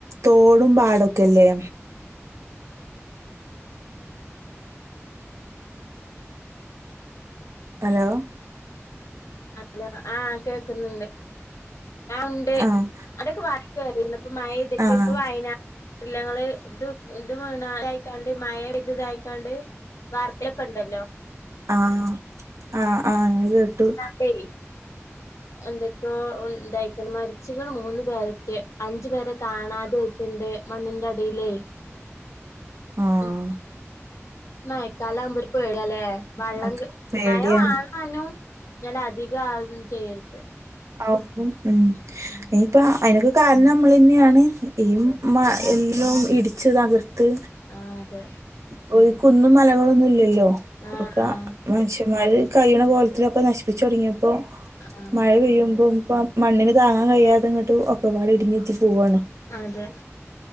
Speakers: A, on the right; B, on the left.
A: തോടും പാടൊക്കെല്ലേ ഹലോ
B: അലോ ആഹ് കേക്കുന്നുണ്ട് ആഹ് ഉണ്ട്
A: ആഹ്
B: അവിടെക്കെ വരേ കേറിയന്ന്പ്പ മയയ്തിട്ട്
A: ആഹ്
B: ഇപ്പ വൈനാ ട്ടിലങ്ങള് ഇത് ഇത് മണായിക്കാണ്ട് മയ പെയ്ത്‌തായിക്കാണ്ട് വാർത്തയിലൊക്കെണ്ടല്ലോ
A: ആഹ് ആഹ് ആഹ് ങ്ങ് കേട്ടു
B: ടെയ് എന്തൊക്കെയോ ഉം ഇന്തായിക്കണ് മരിച്ചിക്കണ് മൂന്നു പേരറ്റെ അഞ്ചു പേരെ കാണാതായി ട്ട്ണ്ട് മണ്ണിന്റെ അടിലേയ്
A: ആഹ്
B: ഉം മഴക്കാലാവുമ്പോ ഒരു പേടിയാല്ലേ വള്ളംങ്ക്
A: മക്ക പേടിയാണ്
B: മയവാണാനും ഞല് അധികം ആവും ചെയ്യരുത്
A: <unintelligible> ഉം
B: ഉം
A: ഇപ്പ അതിനൊക്കെ കാരണം ഞമ്മളന്നെയാണ് ഈ
B: അതെ
A: മ എല്ലും ഇടിച്ച് തകർത്ത്
B: ആഹ് അതെ
A: ഇപ്പൊ കുന്നും മലകളൊന്നും ഇല്ലല്ലോ
B: ആഹ്
A: ഒക്ക
B: ആഹ്
A: മനുഷ്യന്മാര് കയ്യ്ണ പോൽത്തിലൊക്കെ നശിപ്പിച്ചു തുടങ്ങിയപ്പോ
B: ആഹ്
A: മഴ പെയ്യുമ്പോ ഇപ്പം മണ്ണിന് താങ്ങാൻ കഴിയാതെങ്ങട്ട് ഒക്കപാട് ഇടിഞ്ഞ്ത്തി പോവാണ്
B: അതെ